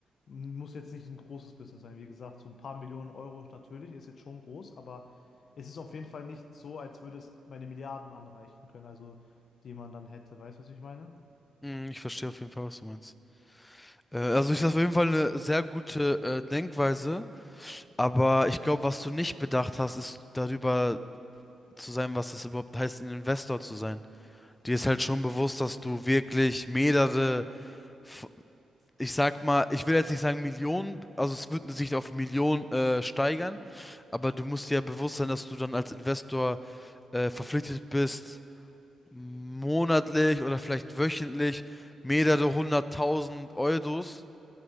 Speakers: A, on the left; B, on the left.
A: m- muss jetzt nicht ein großes Business sein. Wie gesagt, so ein paar Millionen Euro natürlich ist jetzt schon groß, aber es ist auf jeden Fall nicht so, als würde es meine Milliarden anreichen können, also die man dann hätte. Weißt du, was ich meine?
B: Hm, ich verstehe auf jeden Fall, was du meinst. Äh, also ich das auf jeden Fall eine sehr gute äh, Denkweise, aber ich glaube, was du nicht bedacht hast, ist darüber zu sein, was es überhaupt heißt, ein Investor zu sein. Dir ist halt schon bewusst, dass du wirklich mehrere, f- ich sag mal, ich will jetzt nicht sagen Millionen, also es wird sich auf Millionen äh, steigern, aber du musst dir ja bewusst sein, dass du dann als Investor äh, verpflichtet bist, monatlich oder vielleicht wöchentlich mehrere hunderttausend Euros